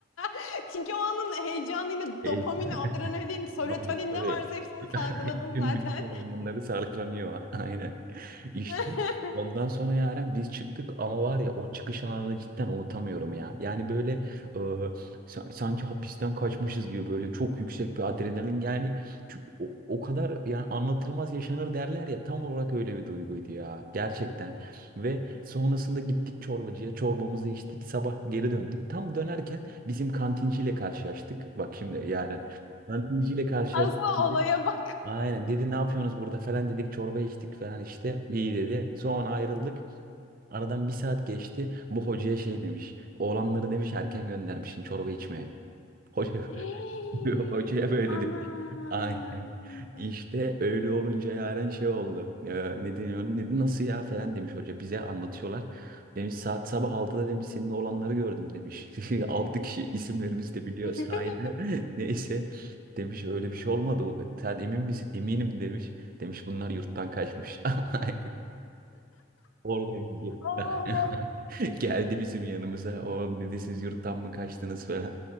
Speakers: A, on the left (about 75°); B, on the right (about 45°).
A: <laughs> Çünkü o anın heyecanıyla dopamin,
B: <laughs>
A: adrenalin, serotonin
B: Tabii tabii.
A: ne varsa hepsini
B: <laughs>
A: salgıladın
B: Tüm
A: zaten.
B: vücut hormonları salgılanıyor. <laughs> Aynen. İşte
A: <laughs>
B: ondan sonra Yaren biz çıktık ama var ya o çıkış anını cidden unutamıyorum ya. Yani böyle e, sa- sanki hapisten kaçmışız gibi böyle çok yüksek bir adrenalin yani çü- o, o kadar yani anlatılmaz yaşanır derler ya tam olarak öyle bir duyguydu ya gerçekten. Ve sonrasında gittik çorbacıya çorbamızı içtik sabah geri döndük. Tam dönerken bizim kantinciyle karşılaştık. Bak şimdi Yaren Kantinciyle karşılaştık
A: Asıl
B: dedi.
A: olaya bak.
B: Aynen dedi ne yapıyorsunuz burada falan dedik çorba içtik falan işte iyi dedi. Sonra ayrıldık. Aradan bir saat geçti. Bu hocaya şey demiş. Oğlanları demiş erken göndermişsin çorba içmeye. Hoca
A: Hey,
B: <laughs> <laughs> Hocaya böyle
A: Ana.
B: demiş. Aynen. İşte öyle olunca yaren şey oldu. Ee, ne deniyor? ona? Dedi nasıl ya falan demiş hoca. Bize anlatıyorlar. Demiş saat sabah altıda demiş senin olanları gördüm demiş. <laughs> 6 kişi isimlerimizi de biliyor
A: <laughs>
B: sahilde. <laughs> Neyse demiş öyle bir şey olmadı. bu. Sen emin misin? Eminim demiş. Demiş bunlar yurttan kaçmış. <laughs> Aynen. Orada <laughs>
A: Oo.
B: Geldi bizim yanımıza. O dedi siz yurttan mı kaçtınız falan.